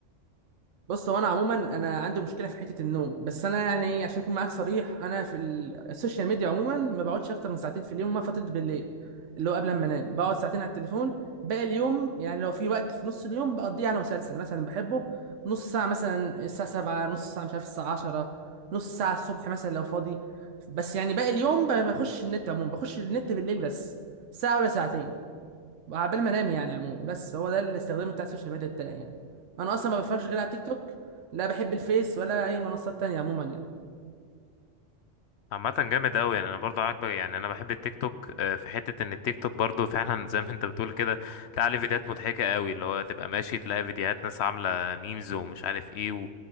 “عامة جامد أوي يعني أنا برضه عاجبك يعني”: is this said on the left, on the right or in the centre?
Left